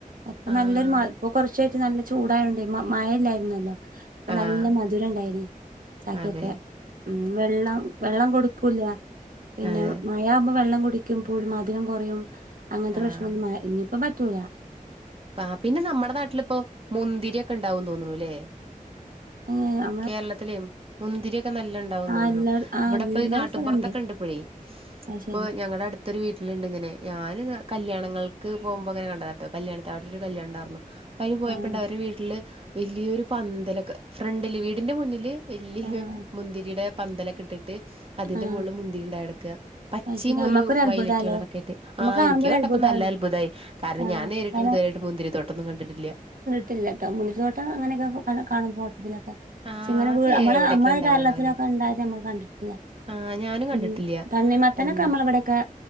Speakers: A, on the right (about 75°); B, on the right (about 40°).
A: അപ്പൊ
B: ആഹ്
A: നല്ലൊരു മ ഇപ്പൊ കൊറച്ചായിറ്റ് നല്ല ചൂടായോണ്ടെ മഴ ഇല്ലായിരുന്നല്ലോ അപ്പം
B: ആഹ്
A: നല്ല മധുര ഇണ്ടായിനി ചായക്കൊക്കെ
B: അതെ
A: ഉം വെള്ളം വെള്ളം കൊടുക്കൂല്ല പിന്നെ
B: അതെ
A: മയ ആകുമ്പോ വെള്ളം കുടിക്കുമ്പോ മധുരം കൊറയും അങ്ങനത്തെ
B: ആഹ്
A: പ്രശ്നൊന്നും മ ഇനി ഇപ്പം പറ്റൂലാ
B: പാ പിന്നെ നമ്മടെ നാട്ടിലിപ്പോ മുന്തിരിയൊക്കെ ഇണ്ടാവൂന്ന് തോന്നുണു ല്ലേ
A: ഏഹ് ആ
B: കേരളത്തിലെ മുന്തിരിയൊക്കെ നല്ല ഇണ്ടാവൂന്ന്
A: ആഹ്
B: തോന്നണു
A: എല്ലാ ആഹ്
B: ഇവിടെപ്പോ
A: എല്ലാ
B: ഈ നാട്ടുപുറത്തൊക്കെ
A: സ്ഥലണ്ട്
B: ഇണ്ട് ഇപ്പഴേ
A: അത്
B: ഇപ്പോ
A: ശരി
B: ഞങ്ങടെ അടു ത്തൊരു വീട്ടിലുണ്ട് ഇങ്ങനെ ഞാന് കല്യാണങ്ങൾക്ക് പോവുമ്പോ ഇങ്ങനെ കണ്ടതാട്ടോ കല്യാണത്ത് അവിടൊരു കല്യാണം ഇണ്ടാർന്നു യിന് പോയപ്പണ്ട്
A: ആഹ്
B: അവരെ വീട്ടില് വെല്യോരു പന്തലൊക്കെ ഫ്രണ്ടില് വീടിന്റെ മുന്നില് വെല്യ
A: ആഹ്
B: മുന്തിരിയുടെ പന്തലൊക്കെ ഇട്ടിട്ട് അതിന്റെ
A: ആഹ്
B: മുകളില് മുന്തിരി ഉണ്ടായേക്കാ പച്ചിയും
A: അത് ശരി നമ്മക്കൊരു
B: ഒരു
A: അത്ഭുതാല്ലേ
B: വയലറ്റ് കളറൊക്കെ ആയിട്ട്
A: നമ്മക്ക്
B: ആഹ്
A: കാണുമ്പോ
B: എനിക്ക്
A: ഒരു
B: കണ്ടപ്പോ
A: അത്ഭുതാണ്
B: നല്ല അത്ഭുതമായി കാരണം
A: ആഹ്
B: ഞാൻ നേരി <unintelligible>
A: കാരണം
B: ഇതുവരെ ആയിട്ട് മുന്തിരി തോട്ടൊന്നും കണ്ടിട്ടില്ല
A: ട്ടില്ല്യാട്ടോ മുന്തിരിത്തോട്ടം അങ്ങനെയൊക്കെ ക കാണും ഫോട്ടോത്തിലൊക്കെ
B: ആഹ്
A: ക്ഷെ ഇങ്ങനെ <unintelligible>
B: അത്
A: നമ്മളെ
B: എവിടൊക്കെ
A: നമ്മളെ
B: ഉണ്ടാവാണാവല്ലേ
A: ഈ കേരളത്തിലൊക്കെ ഇണ്ടായത് അമ്മള് കണ്ടിട്ടില്ല
B: ആഹ് ഞാനും കണ്ടിട്ടില്യ
A: പിന്നെ തണ്ണിമത്തനൊക്കെ
B: ഹ്മ്മ്,
A: നമ്മളെ ഇവിടെയൊക്കെ